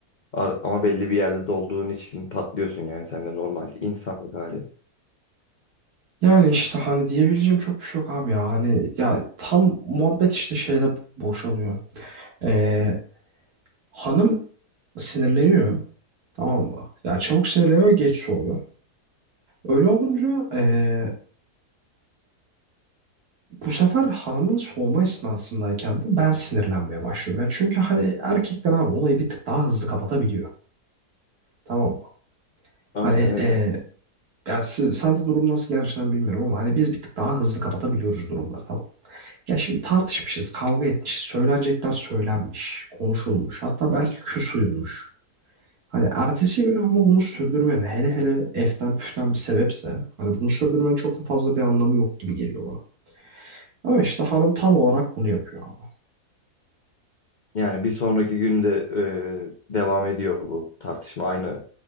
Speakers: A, on the left; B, on the right.
A: Ar- Ama belli bir yerde dolduğun için patlıyorsun yani sen de normal insanlık hali.
B: Yani işte hani diyebileceğim çok bir şey yok abi ya. Hani ya tam muhabbet işte şeyde boşalıyor. Ee, hanım sinirleniyor. Tamam mı? Yani çabuk sinirleniyor, geç soğuyor. Öyle olunca eee, bu sefer hanımın soğuma esnasındayken de ben sinirlenmeye başlıyorum. Ya çünkü hani erkekler abi olayı bir tık daha hızlı kapatabiliyor. Tamam mı?
A: Aynen
B: Hani
A: öyle.
B: eee yani siz, sende durum nasıl gerçekten bilmiyorum ama hani biz bir tık daha hızlı kapatabiliyoruz durumları tamam. mı? Ya şimdi tartışmışız, kavga etmişiz, söylenecekler söylenmiş, konuşulmuş. Hatta belki küs uyunmuş. Hani ertesi gün ama bunu sürdürmen hele hele eften püften bir sebepse hani bunu sürdürmenin çok da fazla bir anlamı yok gibi geliyor bana. Ama işte hanım tam olarak bunu yapıyor abi.
A: Yani bir sonraki günde e, devam ediyor bu tartışma aynı